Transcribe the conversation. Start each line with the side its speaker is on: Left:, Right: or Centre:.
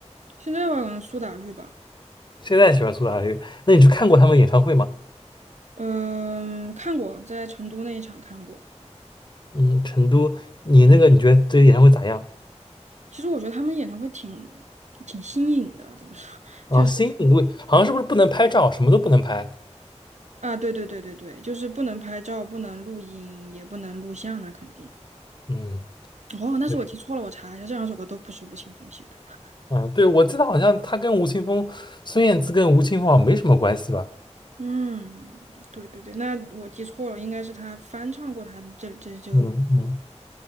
Right: 现在吧，可能苏打绿吧，
Left: 现在喜欢苏打绿，那你去看过他们演唱会吗？
Right: 嗯、看过，在成都那一场看过。
Left: 嗯，成都，你那个你觉得这个演唱会咋样
Right: 其实我觉得他们演唱会挺挺新颖的，怎么说？<laughs>
Left: 啊？
Right: 就是。
Left: 新颖味好像是不是不能拍照，什么都不能拍？
Right: 啊，对对对对对，就是不能拍照，不能录音，也不能录像，那肯定。
Left: 嗯。
Right: 哦，那是我记错了，
Left: 对，
Right: 我查一下，这两首歌都不是吴青峰写的。<laughs>
Left: 啊，对，我记得好像他跟吴青峰、孙燕姿跟吴青峰好像没什么关系吧？
Right: 嗯，对对对，那我记错了，应该是他翻唱过他的这这这个。
Left: 嗯嗯，